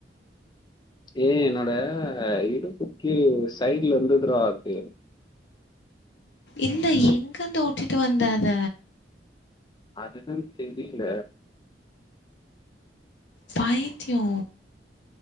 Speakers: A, on the left (about 25°); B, on the left (about 85°).
A: ஏ என்னோட இடுப்புக்கு சைட்ல இந்துதுடா அது
B: இல்ல எங்கந்து ஒட்டிட்டு வந்த அத
A: அதுதா தெரில
B: பைய்தியோ